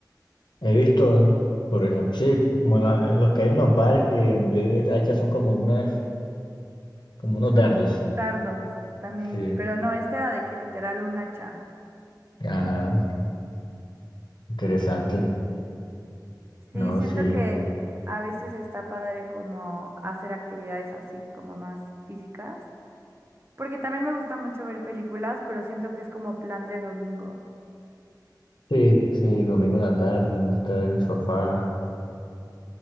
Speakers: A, on the left (about 75°); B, on the right (about 30°).
A: He visto, por ejemplo, sí, como en la- en los que hay en los bares que en vez de hachas son como unas, como unos dardos.
B: Dardos también,
A: Sí.
B: pero no, este era de que literal un hacha.
A: Ah, interesante.
B: Sí,
A: No,
B: siento
A: sí.
B: que a veces está padre como hacer actividades así como más físicas, porque también me gusta mucho ver películas, pero siento que es como plan de domingo.
A: Sí, sí, domingo en la tarde, uno está en el sofá